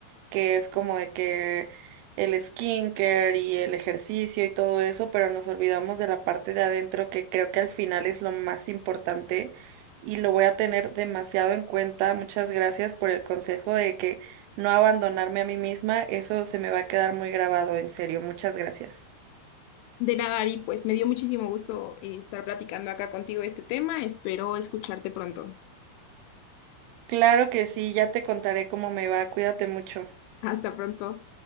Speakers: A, on the right (about 85°); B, on the left (about 85°).
A: que es como de que el skincare y el ejercicio y todo eso, pero nos olvidamos de la parte de adentro que creo que al final es lo más importante y lo voy a tener demasiado en cuenta. Muchas gracias por el consejo de que no abandonarme a mí misma, eso se me va a quedar muy grabado, en serio. Muchas gracias.
B: De nada, Ari, pues me dio muchísimo gusto eh, estar platicando acá contigo de este tema. Espero escucharte pronto.
A: Claro que sí, ya te contaré cómo me va. Cuídate mucho.
B: Hasta pronto.